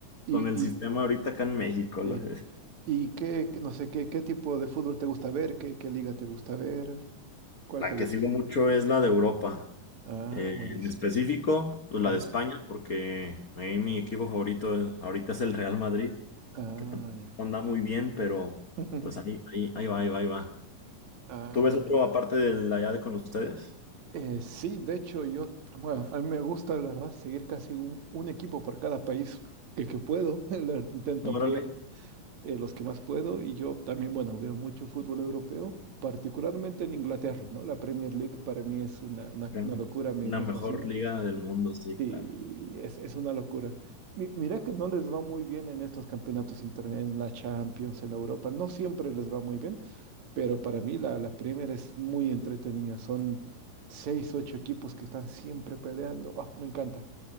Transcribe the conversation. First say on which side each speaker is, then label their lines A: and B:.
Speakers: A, on the right (about 60°); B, on the left (about 35°).
A: Y,
B: con el
A: y,
B: sistema ahorita acá en México.
A: y,
B: La,
A: y qué, qué- no sé, qué, qué tipo de fútbol te gusta ver, qué, qué liga te gusta ver, cuál
B: la
A: te gusta.
B: que sigo mucho es la de Europa.
A: Ah,
B: Eh,
A: buenísimo.
B: en específico, pues
A: Ujú.
B: la de España, porque ahí mi equipo favorito es- ahorita es el Real Madrid,
A: Ah,
B: que tampoco
A: ya.
B: anda muy bien, pero
A: <laughs>
B: pues ahí, ahí, ahí va, ahí va, ahí va.
A: Ah,
B: ¿Tú ves otro
A: mira.
B: aparte del allá de con ustedes?
A: Eh, sí, de hecho, yo, bueno, a mí me gusta, la verdad, seguir casi un, un equipo por cada país que, que puedo. <laughs> La- Intento
B: Órale,
A: apoyar eh, los que más puedo y yo también, bueno, veo mucho fútbol europeo, particularmente en Inglaterra, ¿no? La Premier League para mí es una, una,
B: Premier-
A: una locura, me,
B: la
A: me
B: mejor
A: fascina.
B: liga del mundo, sí,
A: Sí,
B: claro.
A: es, es una locura. Mi- mira que no les va muy bien en estos campeonatos internet, en la Champions, en Europa, no siempre les va muy bien, pero para mí la, la Premier es muy entretenida. Son seis, ocho equipos que están siempre peleando. Ah, me encanta.